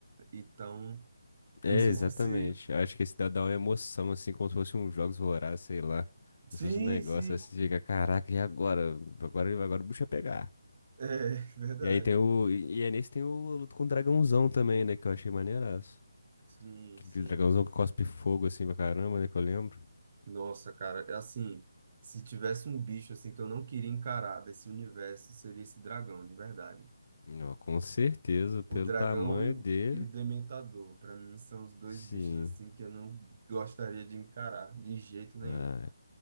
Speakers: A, on the right (about 30°); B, on the left (about 45°).
A: Então, eu
B: É,
A: não sei
B: exatamente.
A: se você
B: Acho que esse dá, dá uma emoção, assim, como se fosse um Jogos Vorazes, sei lá.
A: Sim,
B: Como se fosse um negócio,
A: sim.
B: aí você fica, caraca, e agora? Agora, agora o bicho vai pegar.
A: É <laughs> verdade.
B: E aí tem o. E e aí nesse tem o luto com o dragãozão também, né? Que eu achei maneiraço.
A: Sim,
B: Que-
A: sim.
B: Aquele dragãozão que cospe fogo assim pra caramba, né? Que eu lembro.
A: Nossa, cara, é assim, se tivesse um bicho assim que eu não queria encarar desse universo, seria esse dragão, de verdade.
B: Não, com certeza, pelo
A: O dragão
B: tamanho
A: e o,
B: dele.
A: e o dementador, para mim, são os dois
B: Sim.
A: bichos assim que eu não gostaria de encarar de jeito nenhum.
B: Ah,